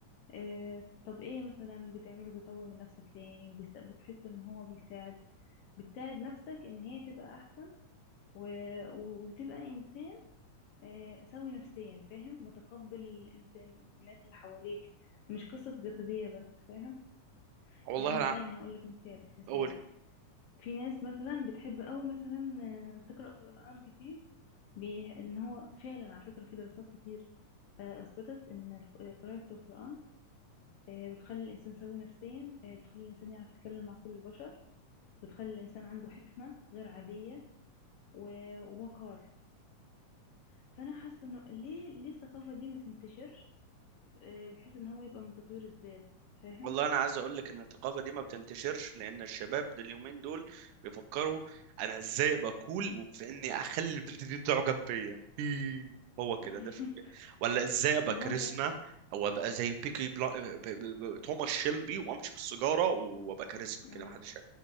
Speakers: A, on the left; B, on the right.
A: اه طب ايه مثلا بتعمله بيطور من نفسك تاني وبتحس ان هو بيساعد بتساعد نفسك ان هي تبقى احسن و... وتبقى انسان اه سوي نفسيا فاهم متقبل ال- انت- الناس اللي حواليك مش قصة جسدية بس فاهم
B: والله
A: يعني
B: انا
A: يعني اقول لك مثال مثال
B: قول
A: في ناس مثلا بتحب قوي مثلا آه، تقرأ قرآن كتير بي- ان هو فعلا على فكرة في دراسات كتير آه، اثبتت ان ال- قراءة القرآن آه، بتخلي الانسان سوي نفسيا آه، بتخلي الانسان يعرف يتكلم مع كل البشر بتخلي الانسان عنده حكمة غير عادية و- ووقار فانا حاسة انه ليه ليه الثقافة دي ما تنتشرش آه، بحيث ان هو يبقى من تطوير الذات فاهم
B: والله انا عايز اقول لك ان الثقافه دي ما بتنتشرش لان الشباب دول اليومين دول بيفكروا انا ازاي ابقى كول وفي اني اخلي البنت دي تعجب بيا إيه، هو كده
A: <laughs>
B: ده فكرة. ولا ازاي ابقى
A: ما
B: كاريزما
A: هو
B: او ابقى زي بيكي بلا... ب... ب... ب... توماس شيلبي وامشي بالسيجاره وابقى كاريزما
A: ده
B: كده ما حدش